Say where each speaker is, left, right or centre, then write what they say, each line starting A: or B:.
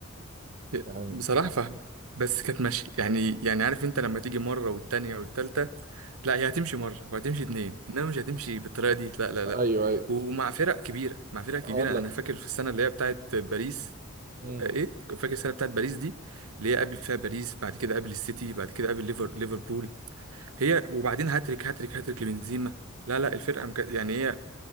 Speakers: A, on the right; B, on the right.
A: <coughs>
B: يعني
A: بصراحة فاهمة بس كانت ماشية يعني يعني عارف أنت لما تيجي مرة والتانية والتالتة لا هي هتمشي مرة وهتمشي اتنين إنما مش هتمشي بالطريقة دي لا لا
B: آه،
A: لا
B: ايوه ايوه
A: ومع فرق كبيرة مع فرق كبيرة
B: اقول لك
A: أنا فاكر في السنة اللي هي بتاعت باريس
B: امم
A: ايه فاكر السنه بتاعت باريس دي اللي هي قبل فيها باريس بعد كده قبل السيتي بعد كده قبل ليفر ليفربول هي وبعدين هاتريك هاتريك هاتريك لبنزيما لا لا الفرقه مك... يعني هي